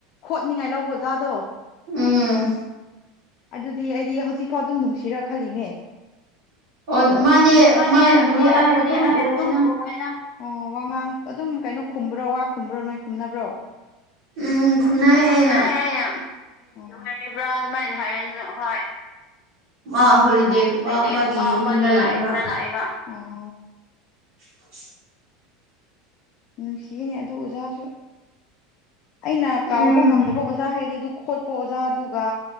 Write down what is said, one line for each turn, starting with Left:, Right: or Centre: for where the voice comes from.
Left: ꯈꯣꯠꯅꯤꯉꯥꯏ ꯂꯧꯕ ꯑꯣꯖꯥꯗꯣ
Right: ꯎꯝ
Left: ꯑꯑꯗꯨꯗꯤ ꯑꯩꯗꯤ ꯍꯧꯖꯤꯛ ꯐꯥꯎ ꯑꯗꯨꯝ ꯅꯨꯡꯁꯤꯔ ꯈꯜꯂꯤꯅꯦ
Right: ꯑꯣ ꯃꯥꯗꯤ
Left: ꯃꯥꯗꯤ ꯃꯥꯕꯨꯗꯤ
Right: ꯑꯩ
Left: ꯑꯥꯏ
Right: ꯎꯋꯦꯗ
Left: ꯑꯗꯨꯝ ꯑꯨꯏꯑꯦꯗ ꯑꯣ ꯋꯥꯉꯥꯡ ꯑꯗꯨꯝ ꯀꯩꯅꯣ ꯈꯨꯝꯕ꯭ꯔꯣ ꯋꯥ ꯈꯨꯝꯕ꯭ꯔꯣ ꯅꯣꯏ ꯈꯨꯝꯅꯕ꯭ꯔꯣ
Right: ꯎꯝ ꯈꯨꯝꯅꯥꯏ
Left: ꯈꯨꯝꯅꯩ
Right: ꯑꯩ
Left: ꯑꯩꯅ ꯅꯨꯡꯉꯥꯏꯔꯤꯕ꯭ꯔꯥ ꯑꯗꯨꯃꯥꯏꯅ ꯍꯥꯏꯌꯦ ꯍꯣꯏ
Right: ꯃꯥ ꯍꯣꯂꯤꯗꯦꯒꯨꯝꯕ
Left: ꯑꯣ ꯍꯣꯂꯤꯗꯦꯒꯨꯝꯕ
Right: ꯃꯥꯒꯤ
Left: ꯑꯃꯒꯤ
Right: ꯌꯨꯝꯗ ꯂꯥꯛꯑꯦꯕ
Left: ꯌꯨꯝꯗ ꯂꯥꯛꯑꯦꯕ ꯑꯣ
Right: <unintelligible>
Left: ꯅꯨꯡꯁꯤꯌꯦꯅꯦ ꯑꯗꯨ ꯑꯣꯖꯥꯁꯨ ꯑꯩꯅ ꯀꯥꯎꯕ
Right: ꯎꯝ
Left: ꯉꯝꯗꯕ ꯑꯣꯖꯥ ꯍꯥꯏꯔꯗꯤ ꯑꯗꯨ ꯈꯣꯠꯄ ꯑꯣꯖꯥꯗꯨꯒ